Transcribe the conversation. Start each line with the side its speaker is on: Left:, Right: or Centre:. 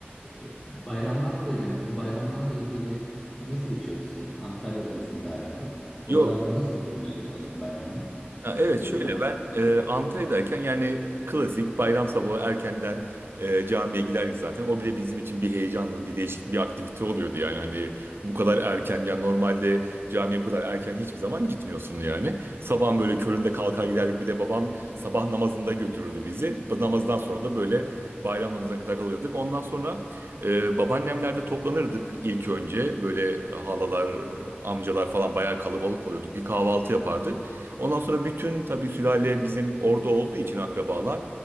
Left: e, bayramlar dedin, o bayramlarla ilgili nasıl geçiyordu sizin? Antalya'dasın galiba. Oralarda
Right: Yok
Left: nasıl yaşanıyordu o eski bayramlar
Right: Ya evet
Left: ya
Right: şöyle
Left: da bunun?
Right: ben e, Antalya'dayken yani klasik bayram sabahı erkenden e, camiye giderdik zaten. O bile bizim için bir heyecanlı bir değişik bir aktivite oluyordu yani hani bu kadar erken yani normalde camiye bu kadar erken hiçbir zaman gitmiyorsun yani. Sabahın böyle köründe kalkar giderdik bir de babam sabah namazında götürürdü bizi. Bu Namazdan sonra da böyle bayram namazına kadar kalırdık. Ondan sonra e, babaannemlerde toplanırdık ilk önce böyle halalar, amcalar falan bayağı kalabalık oluyorduk. Bir kahvaltı yapardık. Ondan sonra bütün tabii sülale bizim orada olduğu için akrabalar.